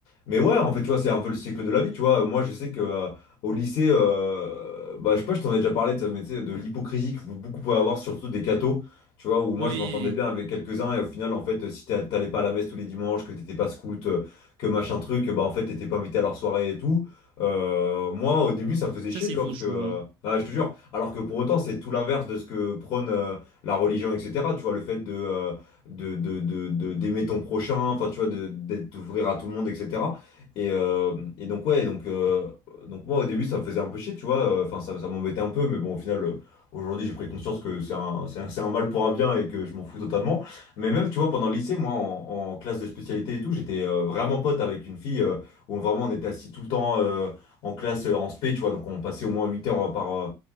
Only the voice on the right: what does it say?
Oui,
ça,
c'est
fou,
je
trouve.
hein.